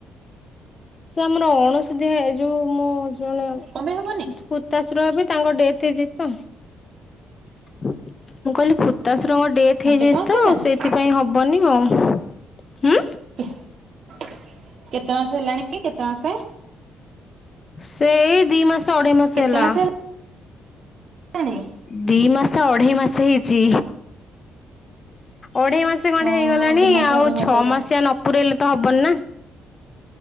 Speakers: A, on the left; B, on the right.
A: ସେ ଆମର ଅଣଶୁଦ୍ଧିଆ ଏ ଯୋଉ ମୋ ଜଣେ
B: କଣ ପାଇଁ ହବନି
A: କୁର୍ତାଶୁର ହେବେ ତାଙ୍କ ଡେଥ୍ ହେଇଯାଇଛି ତ, ମୁଁ କହିଲି ଖୁ ଖୁତାଶୁରଙ୍କ ଡେଥ୍
B: ହଁ
A: ହେଇଯାଇଛି
B: କେତେ ମାସ
A: ତ
B: ହେଲାଣି
A: ସେଇଥିପାଇଁ ହବନି ଆଉ ଉଁ
B: କେତେ ମାସେ ହେଲାଣି କି, କେତେ ମାସେ?
A: ସେଇ ଦି ମାସେ ଅଢେଇ ମାସେ
B: କେତେ
A: ହେଲା
B: ମାସ ହେଲାଣି
A: ଦି ମାସେ, ଅଢେଇ ମାସେ ହେଇଛି, ଅଢେଇ ମାସ୍ ସେ ଖଣ୍ଡେ
B: ହଁ
A: ହେଇଗଲାଣି
B: ଦି ମାସ
A: ଆଉ
B: ଅଢେଇ ମାସ
A: ଛଅ
B: ହେଇଥା
A: ମାସିଆ ନ ପୁରେଇଲେ ତ ହବନି ନା